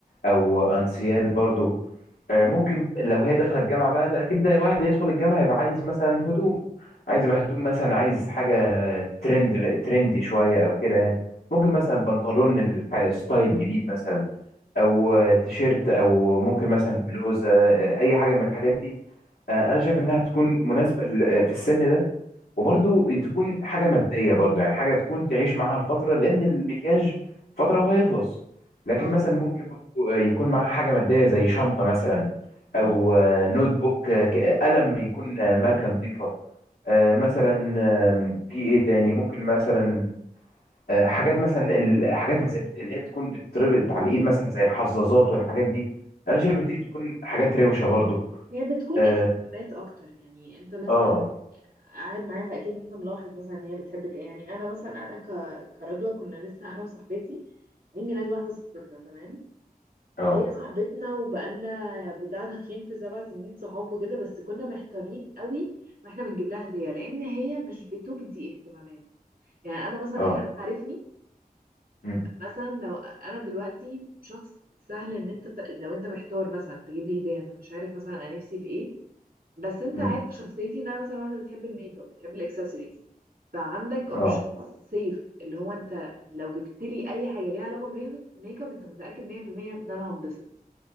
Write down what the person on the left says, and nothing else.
او انسيال برضو آه، ممكن لو هي داخله الجامعه بقى لا اكيد ده واحد هيدخل الجامعه يبقى عايز مثلا هدوم عايز يبقى هدوم مثلا عايز حاجه ترند ترندي شويه او كده يعني ممكن مثلا بنطلون من الح- ستايل جديد مثلا او آه، تيشيرت او ممكن مثلا بلوزه آه، اي حاجه من الحاجات دي آه، انا شايف انها تكون مناسبه ل- آه، في السن ده وبرضو تكون حاجه ماديه برضو يعني حاجه تكون تعيش معاها الفتره لان المكياج فتره وهيخلص لكن
مثلا ممكن برضو آه، يكون معاها حاجه ماديه زي شنطه مثلا
او آه، نوت بوك آه، ك- قلم يكون آه، ماركه نظيفه آه، مثلا آم، في ايه تاني ممكن مثلا آه، حاجات مثلا الحاجات اللي زي- اللي هي بتكون بتتربط على الايد مثلا زي الحظاظات والحاجات دي انا شايف دي بتكون حاجات روشه برضو
اه
آه.
اه
اه
امم
امم
اه